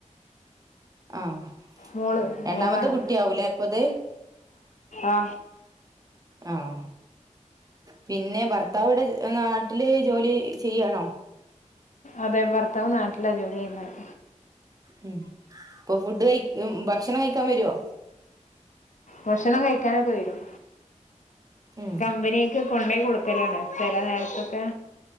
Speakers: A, on the right (about 30°); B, on the left (about 70°).
A: ആഹ്
B: മോള്
A: രണ്ടാമത്തെ
B: മോളാണ്
A: കുട്ടിയാവൂലേ എപ്പത്
B: ആ
A: ആഹ് പിന്നെ ഭർത്താവടെ നാട്ടില് ജോലി ചെയ്യുവാണോ
B: അതെ ഭർത്താവ് നാട്ടിലാ ജോലി ചെയ്യുന്നത്
A: ഉം പ്പോ ഫുഡ് കഴി ഭക്ഷണം കഴിക്കാൻ വരുവോ
B: ഭക്ഷണം കഴിക്കാനൊക്കെ വരും
A: ഉം
B: കമ്പനി ക്ക് കൊണ്ടോയി കൊടുക്കലാണ് ചെല നേരത്തൊക്കെ